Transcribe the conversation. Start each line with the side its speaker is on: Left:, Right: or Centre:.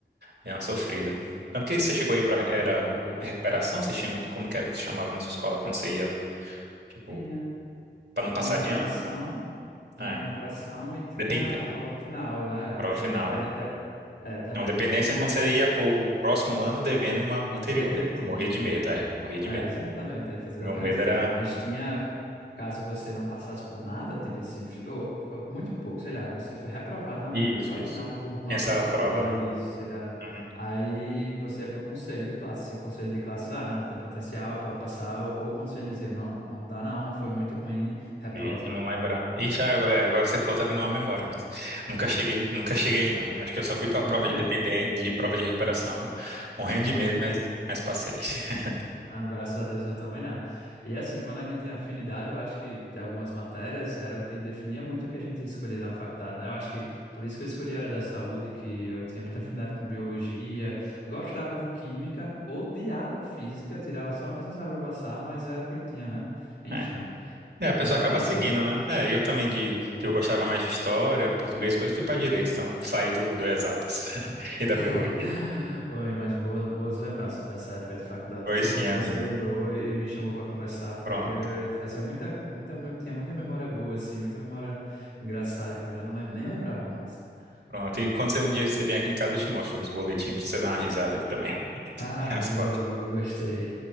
Right: dei uma sofrida. Tanto que você chegou aí para, era
Left: Eu,
Right: recuperação, vocês tinham, como que era que se chamava na sua escola, quando você ia, tipo,
Left: Tinha,
Right: para não passar
Left: tinha recuperação,
Right: de ano?
Left: tinha
Right: É.
Left: recuperação e tinha
Right: Depende.
Left: a prova final, né?
Right: Prova
Left: Tinha
Right: final,
Left: depende,
Right: é.
Left: de- é, dep-
Right: Não, dependência
Left: é, tinha
Right: é quando você ia pro o próximo ano devendo uma anterior,
Left: repetir.
Right: né? Eu morria de medo, é, eu morria de
Left: É,
Right: medo.
Left: exatamente, aí fazia
Right: Meu
Left: dependência.
Right: medo era.
Left: Mas tinha, caso você não passasse por nada, tipo assim, fi- ou, foi muito pouco, sei lá, você foi reprovado realmente
Right: Isso,
Left: na prova
Right: isso.
Left: final por nota
Right: Tinha essa prova,
Left: dois.
Right: né?
Left: sei lá.
Right: Uhum.
Left: Aí você ia pro conselho de classe. Se o conselho de classe, ah, não, tem potencial, pode passar, ou, ou o conselho dizia, não, não dá não, foi muito ruim, reprova.
Right: Ixi, não lembrar. Ixi, é, agora, é, agora que você falou, tá vindo uma memória, mas nunca cheguei, nunca cheguei, não. Acho que eu só fui pra
Left: Não,
Right: prova
Left: né?
Right: de dependência, de prova de recuperação, morrendo
Left: Nem
Right: de medo,
Left: eu.
Right: mas, mas passei. <laughs>
Left: Não, graças a Deus eu também não. E assim, quando a gente tem afinidade, eu acho que algumas matérias era o que definia muito o que a gente escolher na faculdade, né? Eu acho que por isso que eu escolhi a área da saúde, que eu tinha muita afinidade com biologia, gostava de química, odiava física, tirava só o necessário para passar, mas era o que tinha, né? Enfim,
Right: É, então. É, a pessoa
Left: mas era
Right: acaba
Left: isso.
Right: seguindo, né? É, eu também de que eu gostava mais de história, português, coisa, fui para direito, então saí do, do exatas <laughs> e da
Left: <laughs>
Right: biologia.
Left: Oi, mas boas, boas lembranças dessa época de faculdade.
Right: Pois
Left: Que bom
Right: sim,
Left: que
Right: amigo.
Left: você lembrou e me chamou para conversar, porque
Right: Pronto,
Left: eu eh, fazia muita, muita, tinha muita memória boa, assim, muita memória engraçada que eu já não lembro, nem lembrava mais. <laughs>
Right: pronto. E quando você um dia que você vier aqui em casa, eu te mostro os boletins pra você dar uma risada aqui também. <laughs>
Left: Ah,
Right: As
Left: boa,
Right: fotos.
Left: boa, gostei.